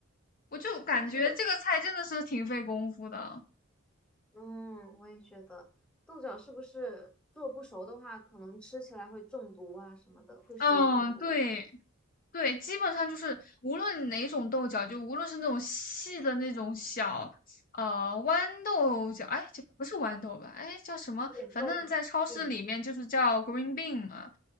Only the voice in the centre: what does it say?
但是嗯，我也觉得豆角是不是做不熟的话，可能吃起来会中毒啊什么的，会食物中毒。
严重吗？
严重